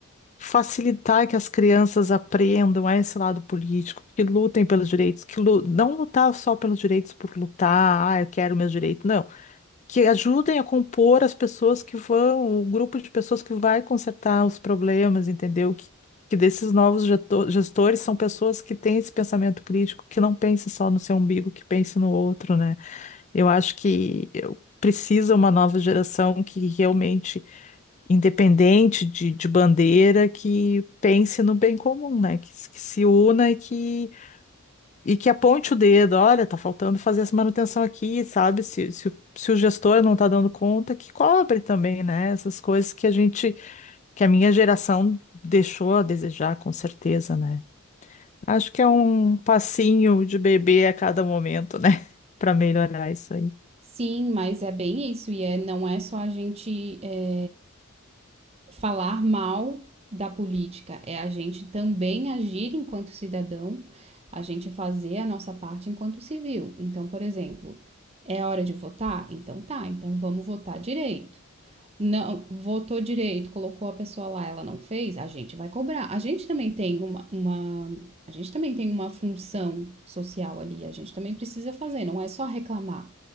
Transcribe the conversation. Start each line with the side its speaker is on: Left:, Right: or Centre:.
Left: facilitar que as crianças aprendam a esse lado político, que lutem pelos direitos, que lu- não lutar só pelos direitos por lutar, ah, eu quero meus direitos, não que ajudem a compor as pessoas que vão, o grupo de pessoas que vai consertar os problemas, entendeu? Que, que desses novos geto- gestores são pessoas que têm esse pensamento crítico, que não pense só no seu umbigo, que pense no outro, né? Eu acho que eu- precisa uma nova geração que realmente, independente de, de bandeira, que pense no bem comum, né? Que, se- que se una e que e que aponte o dedo, olha, tá faltando fazer essa manutenção aqui, sabe? Se, se, o se o gestor não tá dando conta, que cobre também, né? Essas coisas que a gente, que a minha geração deixou a desejar, com certeza, né? Acho que é um passinho de bebê a cada momento, né? <laughs> Para melhorar isso aí.
Right: Sim, mas é bem isso, e é, não é só a gente é, falar mal da política, é a gente também agir enquanto cidadão, a gente fazer a nossa parte enquanto civil. Então, por exemplo, é hora de votar? Então tá, então vamos votar direito não votou direito, colocou a pessoa lá, ela não fez, a gente vai cobrar. A gente também tem uma, uma, a gente também tem uma função social ali, a gente também precisa fazer, não é só reclamar.